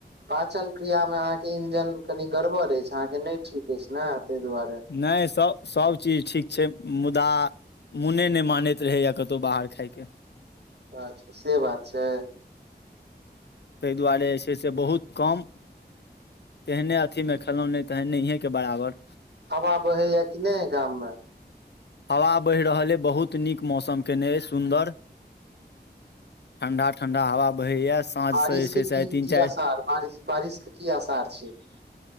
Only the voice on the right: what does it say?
पाचन क्रिया मे अहाँ के इंजन कनि गड़बड़ अछि। अहाँके नै ठीक अछि ने ताहि दुआरे।
अच्छा से बात छै।
हवा बहैए कि नहि गाममे?
बारिशके
की
की
आशार बारिश बारिशके की आशार छै। <unintelligible>